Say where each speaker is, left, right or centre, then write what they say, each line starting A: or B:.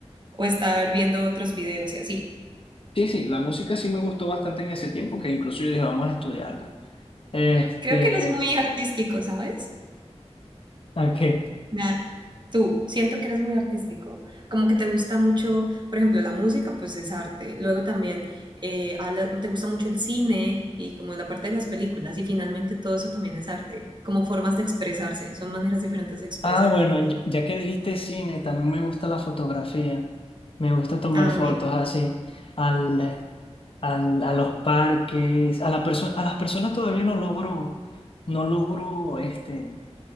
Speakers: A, on the right (about 40°); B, on the left (about 55°).
A: o estar viendo otros videos y así.
B: Sí, sí, la música sí me gustó bastante en ese tiempo, que incluso yo dije, vamos a estudiarla. Este,
A: Creo que no es muy artístico, ¿sabes?
B: ok.
A: Me Tú, siento que eres muy artístico, como que te gusta mucho, por ejemplo, la música, pues es arte. Luego también eh, habla- te gusta mucho el cine y como la parte de las películas y finalmente todo eso también es arte, como formas de expresarse, son maneras diferentes de expresarse.
B: Ah, bueno, ya, ya que dijiste cine, también me gusta la fotografía. Me gusta tomar
A: Ah,
B: fotos
A: mira,
B: así al, eh, al- a los parques, a la perso- a las personas todavía no logro, no logro, este,